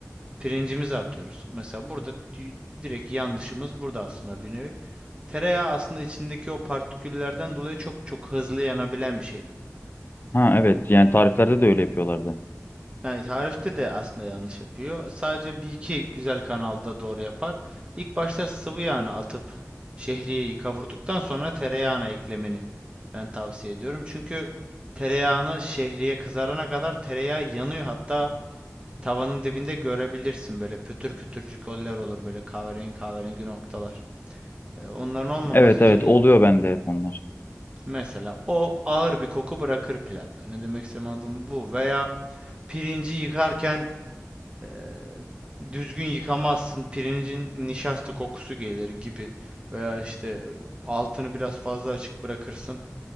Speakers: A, on the right; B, on the left.
A: pirincimizi atıyoruz. Mesela burada di- direkt yanlışımız burada aslında bir nevi. Tereyağı aslında içindeki o partiküllerden dolayı çok çok hızlı yanabilen bir şey.
B: Ha evet yani tariflerde de öyle yapıyorlardı.
A: Yani tarifte de aslında yanlış yapıyor. Sadece bir iki güzel kanalda doğru yapar. İlk başta sıvı yağını atıp şehriyeyi kavurduktan sonra tereyağına eklemeni ben tavsiye ediyorum. Çünkü tereyağını şehriye kızarana kadar tereyağı yanıyor. Hatta tavanın dibinde görebilirsin böyle pötür pötürcük oller olur böyle kahverengi kahverengi noktalar. E, onların olmaması
B: Evet
A: için
B: evet oluyor bende hep onlar.
A: mesela o ağır bir koku bırakır pilavda. Ne demek istediğimi anladın mı? bu. Veya pirinci yıkarken Eee, düzgün yıkamazsın, pirincin nişasta kokusu gelir gibi veya işte altını biraz fazla açık bırakırsın.